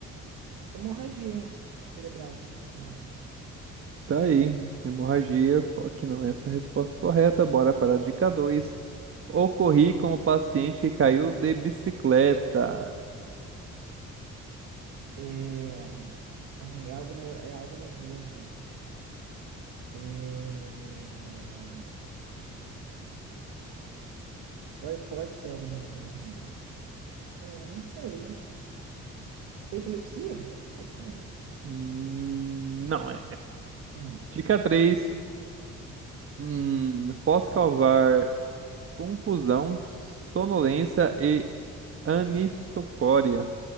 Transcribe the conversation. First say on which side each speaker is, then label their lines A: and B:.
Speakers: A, on the right; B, on the right.
A: Hemorragia cerebral, sei lá.
B: Tá aí, hemorragia, só que não é essa a resposta correta. Bora para a dica 2. Ocorri com o paciente que caiu de bicicleta.
A: É, ai, é algo, neuro- é algo nervoso. É... Pode, pode ser algo nervoso, né? É, não sei. Epilepsia? Pode também.
B: Hum, não é.
A: Hum.
B: Dica 3. Hum, posso causar confusão, sonolência e anisocoria.